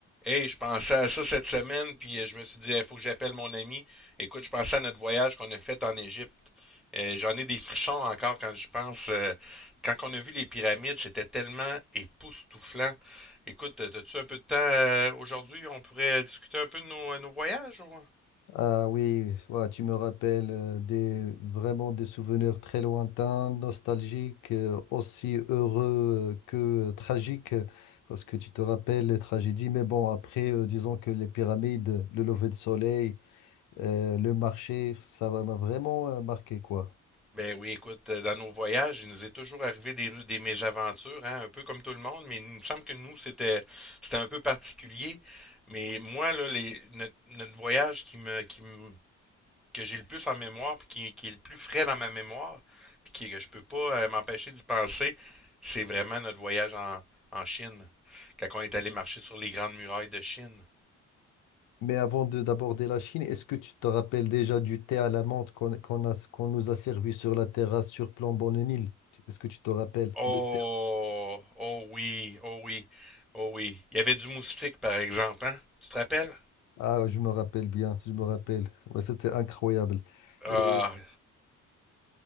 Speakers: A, in the centre; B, on the left.
A: Hey, je pensais à ça cette semaine, puis euh, je me suis dit, il faut que j'appelle mon ami. Écoute, je pensais à notre voyage qu'on a fait en Égypte. Euh, j'en ai des frissons encore quand je pense. Euh, quand on a vu les pyramides, c'était tellement époustouflant. Écoute, as-tu un peu de temps euh, aujourd'hui? On pourrait discuter un peu de nos, nos voyages, ou?
B: Ah oui, ouais, tu me rappelles euh, des, vraiment des souvenirs très lointains, nostalgiques, euh, aussi heureux euh, que euh, tragiques, euh, parce que tu te rappelles les tragédies. Mais bon, après, euh, disons que les pyramides, le lever de soleil, euh, le marché, ça va- m'a vraiment euh, marqué, quoi.
A: Ben oui, écoute, euh, dans nos voyages, il nous est toujours arrivé des, des mésaventures, hein, un peu comme tout le monde, mais il me semble que nous, c'était c'était un peu particulier. Mais moi, là, les, notre, notre voyage qui me, qui me, que j'ai le plus en mémoire, puis qui, qui est le plus frais dans ma mémoire, puis qui, que je peux pas euh, m'empêcher d'y penser, c'est vraiment notre voyage en, en Chine, quand on est allé marcher sur les grandes murailles de Chine.
B: Mais avant de d'aborder la Chine, est-ce que tu te rappelles déjà du thé à la menthe qu'on qu'on a- qu'on nous a servi sur la terrasse sur Plomb-Bonne-Île? Est-ce que tu te rappelles?
A: Oh,
B: Le thé
A: oh oui, oh oui, oh oui. Il y avait du moustique, par exemple, hein? Tu te rappelles?
B: Ah, je me rappelle bien, je me rappelle. Ouais, c'était incroyable.
A: Ah,
B: Et,